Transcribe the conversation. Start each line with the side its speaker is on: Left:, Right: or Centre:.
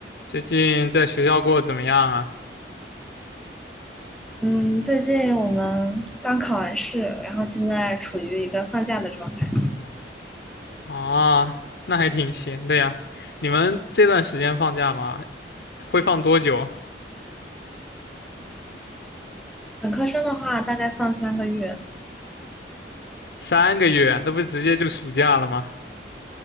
Left: 最近在学校过得怎么样啊？
Centre: 嗯，最近我们刚考完试，然后现在处于一个放假的状态。
Left: 啊，那还挺闲的呀。你们这段时间放假吗？会放多久？
Centre: 本科生的话，大概放三个月。
Left: 三个月，那不直接就暑假了吗？